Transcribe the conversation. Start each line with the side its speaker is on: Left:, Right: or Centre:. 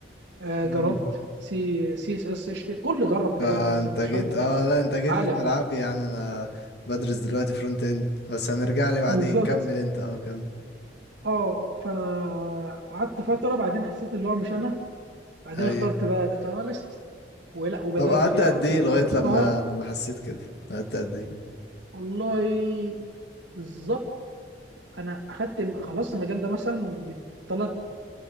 Right: آه
Left: مم.
Right: جربت سي سي اس اس اتش تي كل جرب بتاعي
Left: فانت
Right: الفرونت اند مش
Left: جيت
Right: حد في
Left: اه لا انت جيت
Right: العالم
Left: لي في ملعبي يعني انا بدرس دلوقتي فرونت اند بس هنرجع لي بعدين
Right: بالظبط
Left: كمل انت اه كمل
Right: اه فقعدت فتره بعدين حسيت اللي هو مش انا بعدين
Left: ايوه
Right: اخترت بقى داتا اناليست ولا وبدات
Left: طب قعدت
Right: فيها
Left: قد
Right: يعتبر
Left: ايه لغاية
Right: خلصتها
Left: لما لما حسيت كده قعدت قد ايه
Right: والله بالظبط انا اخدت الم... خلصت المجال ده مثلا يجي ثلاث